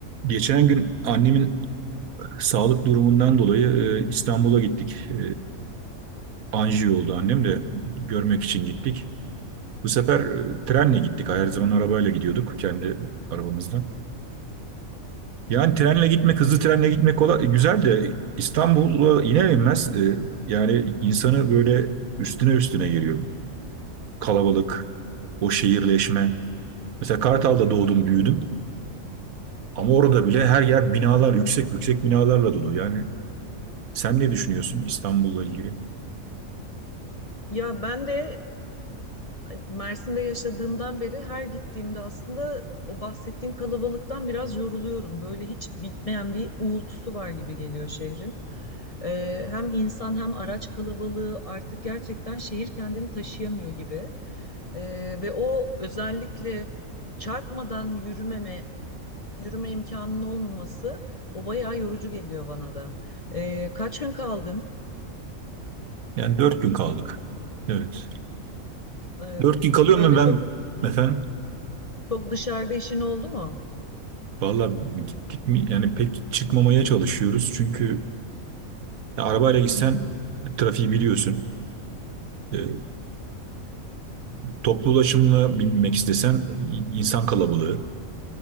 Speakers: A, on the right; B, on the left.
A: Geçen gün annemin sağlık durumundan dolayı e, İstanbul'a gittik. E, anjiyo oldu annem de görmek için gittik. Bu sefer e, trenle gittik. Her zaman arabayla gidiyorduk kendi arabamızdan. Yani trenle gitmek, hızlı trenle gitmek kolay, e, güzel de İstanbul'a iner inmez e, yani insanı böyle üstüne üstüne geliyor. Kalabalık, o şehirleşme. Mesela Kartal'da doğdum, büyüdüm. Ama orada bile her yer binalar, yüksek yüksek binalarla dolu. Yani sen ne düşünüyorsun İstanbul'la ilgili?
B: Ya ben de e, Mersin'de yaşadığımdan beri her gittiğimde aslında o bahsettiğin kalabalıktan biraz yoruluyorum. Böyle hiç bitmeyen bir uğultusu var gibi geliyor şehrin. E, hem insan hem araç kalabalığı artık gerçekten şehir kendini taşıyamıyor gibi. E, ve o özellikle çarpmadan yürümeme, yürüme imkanının olmaması o bayağı yorucu geliyor bana da. E, kaç gün kaldın?
A: Yani dört gün kaldık. Evet.
B: E,
A: Dört gün kalıyor
B: peki böyle
A: mu ben
B: çok
A: efendim?
B: Çok dışarıda işin oldu mu?
A: Valla gittik mi? Yani pek çıkmamaya çalışıyoruz. Çünkü ya arabayla gitsen trafiği biliyorsun. E, toplu ulaşımla binmek istesen i- insan kalabalığı.